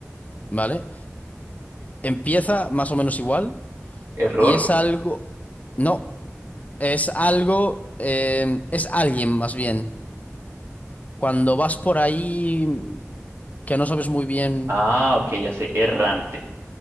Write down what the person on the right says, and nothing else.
Error.
Ah, ok, ya sé. Errante.